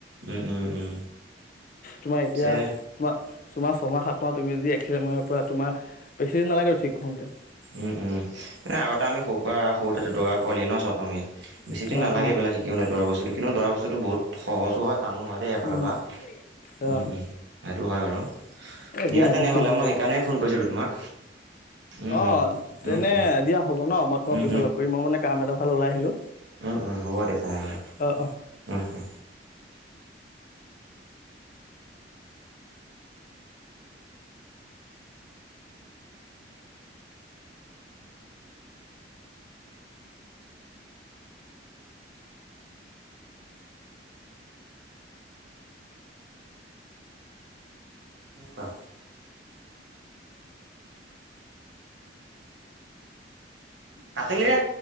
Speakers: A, on the right (about 80°); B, on the left (about 50°).
A: উম উম উম
B: তোমাৰ এতিয়া
A: পিছে
B: তোমাৰ তোমাৰ ছমাহ সাত মাহ তুমি যি মাৰিব পৰা তোমাৰ বেছি দিন নালাগে ঠিক হওঁতে
A: উম উম মানে আগতে আমি সৰুৰা সৰুতে দৌৰা পোৱালিয়ে ন' চব আমি। বেছিদিন
B: অ
A: নালাগে
B: অ
A: এইবিলাক শিকি নাই, দৌৰা বস্তুটো কিন্তু দৌৰা বস্তুটো বহুত সহজো হয় টানো হয় দেই এফালৰ
B: উম
A: পৰা।
B: অ
A: উম উ। সেইটো হয় বাৰু,
B: একো
A: দিয়া
B: নাই একো
A: তেনেহ'লে
B: নাই ঠিক হৈ
A: মই
B: যাব
A: সেইকাৰণেই ফোন কৰিছিলো তোমাক। উম
B: অ',
A: উম
B: তেনে
A: উম উম
B: দিয়া হ'ব ন', মই তোমাক
A: উম
B: পিছত লগ কৰিম, মই মানে কাম এটা ফালে ওলাই আহিলো।
A: উ উ, হ'ব দে তেনেহ'লে,
B: অ অ
A: উ উ। বাৰ <unintelligible> কাতিলি <unintelligible>